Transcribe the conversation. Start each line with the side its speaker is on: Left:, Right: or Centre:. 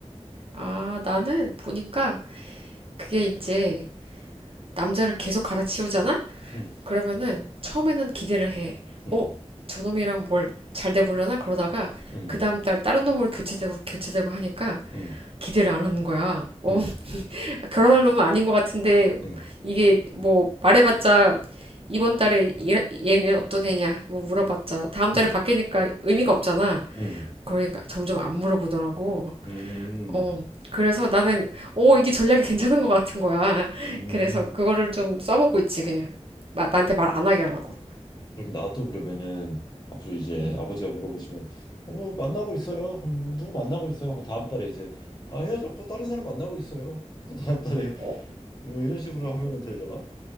Right: 아, 나는 보니까 그게 이제 남자를 계속 갈아치우잖아?
Left: 응,
Right: 그러면은 처음에는 기대를 해.
Left: 응,
Right: 어, 저놈이랑 뭘 잘 돼보려나 그러다가
Left: 응.
Right: 그 다음 달 다른 놈으로 교체되고 교체되고 하니까
Left: 응
Right: 기대를 안 하는 거야. 어,
Left: 응
Right: <laughs> 결혼할 놈은 아닌 것 같은데
Left: 응
Right: 이게 뭐 말해봤자 이번 달에 얘- 얘는 어떤 애냐 뭐 물어봤자 다음
Left: 응
Right: 달에 바뀌니까 의미가 없잖아.
Left: 응 음,
Right: 그러니까 점점 안 물어보더라고.
Left: 음,
Right: 어, 그래서 나는 어, 이게 전략이 괜찮은 것 같은 거야.
Left: 음.
Right: <laughs> 그래서 그거를 좀 써먹고 있지 그냥. 마- 나한테 말 안 하게 하려고.
Left: 그럼 나도 그러면은 앞으로 이제
Right: 음.
Left: 아버지가 물어보시면 어, 뭐 만나고 있어요. 아니, 뭐 누구 만나고 있어요. 하고 다음 달에 이제 아 헤어졌고 다른 사람 만나고 있어요. 또 다음 달에
Right: 어,
Left: 뭐 이런 식으로 하면 되려나?